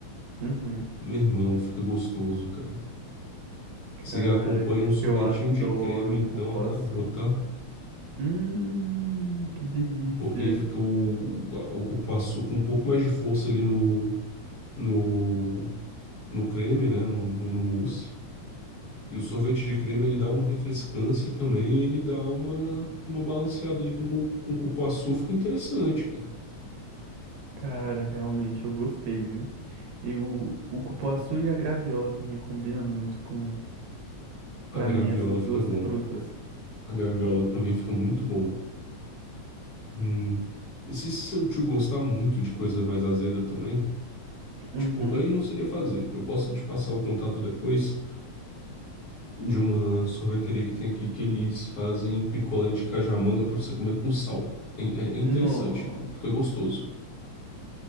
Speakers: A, on the right; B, on the left.
A: Uhum.
B: Meu irmão, fica gostoso, cara.
A: Cara,
B: Se acompanha
A: e pior
B: um sorvetinho
A: que eu adoro
B: de creme, então
A: um cupuaçu.
B: acabou, tá?
A: Hum, que delícia.
B: Porque aí fica o, a- o cupuaçu com um pouco mais de força ali no no, no creme, né? No, no, no mousse. E o sorvete de creme ele dá uma refrescância também, ele dá uma, uma balanceada de com, com cupuaçu, fica interessante, cara.
A: Cara, realmente eu gostei, viu? E o, o cupuaçu e a graviola também combinam muito com,
B: A
A: pra
B: graviola
A: mim, essas duas
B: fica bom.
A: frutas.
B: A graviola também fica muito bom. Hum. E se seu tio gostar muito de coisa mais azeda também,
A: Uhum.
B: tipo, aí não seria fazer. Eu posso te passar o contato depois de uma sorveteria que tem aqui que eles fazem picolé de cajamanga pra você comer com sal. É, é é interessante,
A: No,
B: fica gostoso.